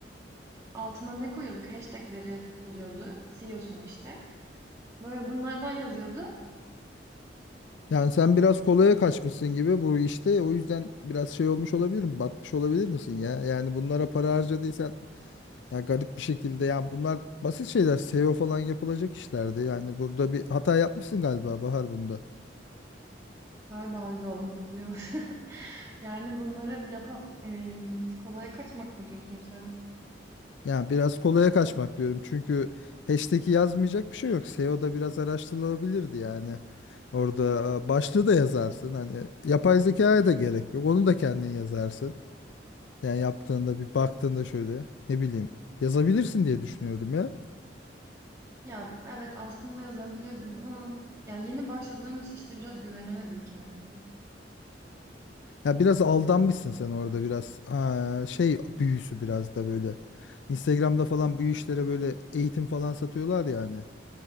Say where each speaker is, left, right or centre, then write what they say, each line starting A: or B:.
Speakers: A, on the right; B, on the left.
A: altına ne koyuyorduk? Hashtag'leri buluyordu, CEO'sunu, işte. Böyle bunlardan yazıyordu.
B: Yani sen biraz kolaya kaçmışsın gibi bu işte. O yüzden biraz şey olmuş olabilir mi? Batmış olabilir misin ya? Yani bunlara para harcadıysan ya garip bir şekilde yani bunlar basit şeyler. SEO falan yapılacak işlerdi. Yani burada bir hata yapmışsın galiba Bahar bunda.
A: Galiba öyle oldu biliyor musun? <laughs> Yani bunları hep yapa em, kolaya kaçmak mı diyorsun sen?
B: Yani biraz kolaya kaçmak diyorum. Çünkü hashtag'i yazmayacak bir şey yok. SEO'da biraz araştırılabilirdi yani. Orada e, başlığı da yazarsın. Hani yapay zekaya da gerek yok. Onu da kendin yazarsın. Yani yaptığında bir baktığında şöyle ne bileyim yazabilirsin diye düşünüyorum ya.
A: Ya evet aslında yazabilirdim ama ya yeni başladığım için işte biraz güvenemedim kendime.
B: Ya biraz aldanmışsın sen orada biraz aa, şey büyüsü biraz da böyle. Instagram'da falan bu işlere böyle eğitim falan satıyorlar ya hani.